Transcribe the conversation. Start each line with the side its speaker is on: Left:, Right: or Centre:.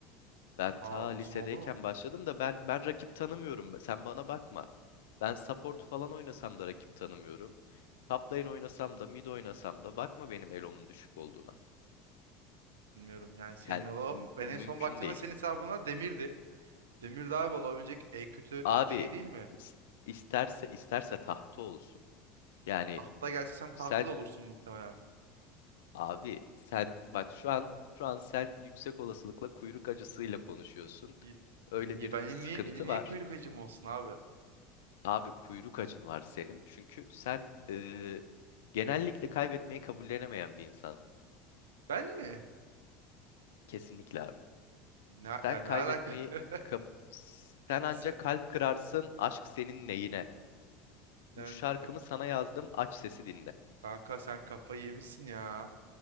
Left: Ben ta
Right: Aa,
Left: lisedeyken
Right: uzun oldu mu?
Left: başladım da ben ben rakip tanımıyorum. Sen bana bakma. Ben support falan oynasam da rakip tanımıyorum. Top lane oynasam da mid oynasam da bakma benim elomun düşük olduğuna.
Right: Bilmiyorum yani senin
Left: Yani
Right: o
Left: mü-
Right: ben
Left: mümkün
Right: en son baktığımda
Left: değil.
Right: senin hesabına demirdi. Demir daha olabilecek en kötü
Left: Abi
Right: şey değil mi?
Left: is- isterse isterse tahta olsun. Yani
Right: Tahta gelse sen tahta
Left: sen
Right: da olursun muhtemelen.
Left: Abi sen bak şu an şu an sen yüksek olasılıkla kuyruk acısıyla konuşuyorsun.
Right: Y-
Left: Öyle
Right: Niye
Left: bir
Right: benim
Left: sıkıntı
Right: niye benim niye
Left: var.
Right: kuyruk acım olsun abi?
Left: Abi kuyruk acın var senin. Çünkü sen eee, genellikle kaybetmeyi kabullenemeyen bir insan.
Right: Ben mi?
Left: Kesinlikle abi.
Right: Ne,
Left: Sen
Right: yani
Left: kaybetmeyi
Right: ne alaka? <laughs>
Left: kab- sen ancak
Right: Sen,
Left: kalp kırarsın aşk senin neyine. Bu
Right: sen
Left: şarkımı
Right: ka-
Left: sana yazdım aç sesi dinle.
Right: kanka sen kafayı yemişsin ya.